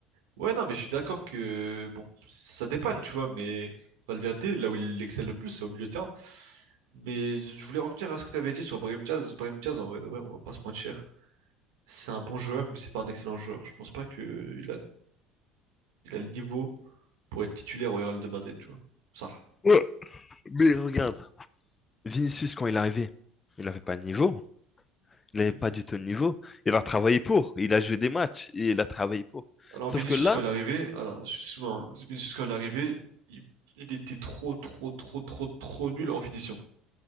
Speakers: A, on the right; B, on the left.
A: Ouais, non, mais je suis d'accord que, bon, ça dépanne, tu vois, mais Valverde, là où il excelle le plus, c'est au milieu de terrain. Mais je voulais revenir à ce que tu avais dit sur Brahim Diaz. Brahim Diaz, en vrai, de vrai, on va pas se mentir. C'est un bon joueur, mais c'est pas un excellent joueur. Je pense pas qu'il a, il a le niveau pour être titulaire au Real de Madrid, tu vois. Ça.
B: Ouais. Mais regarde, Vinicius, quand il est arrivé, il n'avait pas de niveau. Il n'avait
A: Mm.
B: pas du tout de niveau. Il a travaillé pour. Il a joué des matchs et il a travaillé pour.
A: Alors,
B: Sauf
A: Vinicius,
B: que là,
A: quand il est arrivé, alors, excuse-moi, hein, Vinicius, quand il est arrivé, il, il était trop, trop, trop, trop, trop nul en finition.